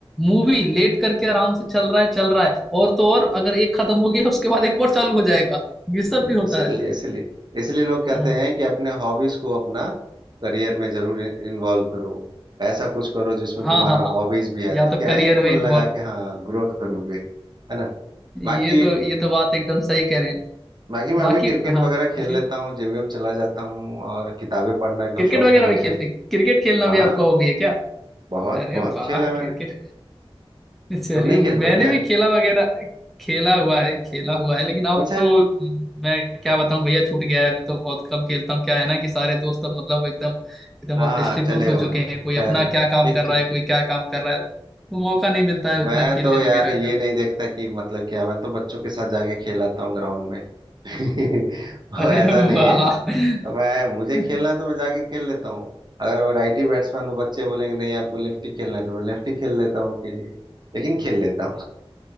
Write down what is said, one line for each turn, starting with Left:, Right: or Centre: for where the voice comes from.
Centre: मूवी लेट करके आराम से चल रहा है चल रहा है और तो और अगर एक खत्म हो गया उसके बाद एक और चालू हो जाएगा ये सब भी होता
Right: इसलिए
Centre: है
Right: इसलिए इसलिए लोग कहते
Centre: हाँ
Right: हैं कि अपने हॉबीज को अपना करियर में जरूर इन्वॉल्व करो ऐसा कुछ करो जिसमें
Centre: हाँ
Right: तुम्हारा
Centre: हाँ हाँ।
Right: हॉबीज भी है
Centre: या
Right: तो
Centre: तो
Right: क्या
Centre: करियर
Right: है तुम
Centre: में
Right: मन
Centre: इन्वॉल्व
Right: लगा के हाँ ग्रोथ करोगे है ना
Centre: ये
Right: बाकी
Centre: तो ये तो बात एकदम सही कह रहे हैं
Right: बाकी मैं
Centre: बाकी
Right: भी क्रिकेट
Centre: हाँ
Right: वगैरह
Centre: पूछिए
Right: खेल लेता हूँ जिम विम चला जाता हूँ और किताबें पढ़ने का
Centre: क्रिकेट
Right: शौक
Centre: वगैरह
Right: है मुझे
Centre: भी खेलते क्रिकेट खेलना
Right: हाँ
Centre: भी आपका हॉबी है क्या
Right: बहुत
Centre: अरे
Right: बहुत
Centre: वाह
Right: खेला मैंने
Centre: क्रिकेट <laughs> चलिए
Right: तुम नहीं खेलते
Centre: मैंने
Right: हो क्या
Centre: भी खेला वगैरह खेला हुआ है खेला हुआ है लेकिन अब
Right: अच्छा
Centre: तो हम्म, मैं क्या बताऊं भैया छूट गया है अभी तो बहुत कम खेलता हूँ क्या है ना कि सारे दोस्त अब मतलब एकदम एकदम
Right: हाँ
Centre: अब डिस्ट्रीब्यूट
Right: चले
Centre: हो
Right: गए
Centre: चुके
Right: हो शहर
Centre: हैं कोई अपना क्या काम
Right: ठीक
Centre: कर
Right: ठीक
Centre: रहा है
Right: ठीक
Centre: कोई क्या काम कर रहा है तो मौका नहीं मिलता है
Right: मैं
Centre: उतना खेलने
Right: तो यार
Centre: वगैरह
Right: ये
Centre: का
Right: नहीं देखता कि मतलब क्या मैं तो बच्चों के साथ जाके खेलाता हूँ ग्राउंड में <laughs> वो
Centre: अरे
Right: ऐसा
Centre: वाह
Right: नहीं है तो मैं मुझे
Centre: <laughs>
Right: खेलना
Centre: अरे,
Right: है तो मैं जाके खेल लेता हूँ अगर मैं राइट ही बैट्समैन हूँ बच्चे बोलेंगे नहीं आपको लेफ्ट ही खेलना है तो मैं लेफ्ट ही खेल लेता हूँ उनके लिए लेकिन खेल लेता हूँ